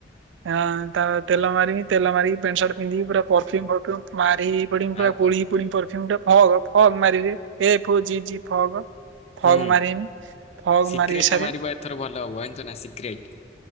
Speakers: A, on the right; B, on the left.
A: ହଁ ତ ତେଲ ମାରିନି ତେଲ ମାରିକି ପେଣ୍ଟ ସାର୍ଟ ପିନ୍ଧି ପୁର ପରଫ୍ୟୁମ୍ ମାରି ହେଇ ପଡି ପୁରା
B: ଆଉ କଣ
A: ବୋଳି ହେଇ ପଡିମି ପରଫ୍ୟୁମ ଟା। ଫଗ୍ ଫଗ୍ ମାରି ହୁଏ F O G G Fogg. ଫଗ
B: ହୁଁ
A: ମାରିମି ଫଗ
B: ସିକ୍ରେଟ
A: ମାରି ସାରେ
B: ଟା ମାରିବ ଏଥର ଭଲ ହବ ଜାଣିଛ ନା ସିକ୍ରେଟ।